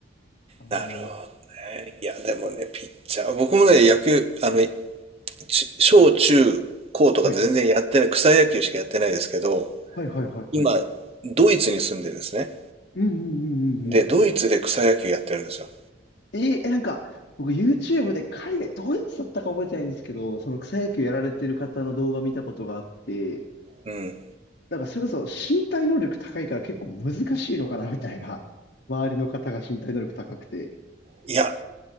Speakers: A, on the left (about 55°); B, on the right (about 30°).
A: あの
B: なるほどね。いや、でもね、ピッチャー。僕もね、野球、あの、ち小中高とかで全然やってない、
A: ーはい。
B: 草野球しかやってないですけど、
A: はいはいはいはい。
B: 今、ドイツに住んでるんですね。
A: うんうんうんうんうん。
B: で、ドイツで草野球やってるんですよ。
A: えーえ、なんか、僕 YouTube で海外、ドイツだったか覚えてないんですけど、その草野球やられてる方の動画見たことがあって、
B: うん。
A: なんかそれこそ身体能力高いから結構難しいのかなみたいな。周りの方が身体能力高くて。
B: いや、